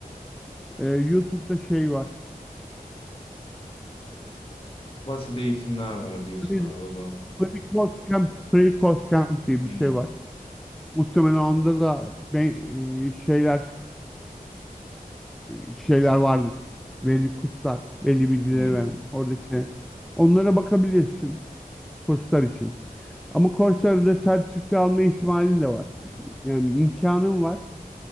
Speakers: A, in the centre; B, on the left.
A: e, YouTube'da şey var.
B: Basit eğitimler var diyorsun
A: Free,
B: abi o zaman.
A: Free Code Camp, Free Code Camp diye
B: Hmm.
A: bir şey var. Muhtemelen onda da be- e, şeyler e, şeyler vardır. Belli kurslar, belli bilgileri
B: Hmm.
A: veren orada şey. Onlara bakabilirsin kurslar için. Ama Coursera'da sertifika alma ihtimalin de var. Yani imkanın var.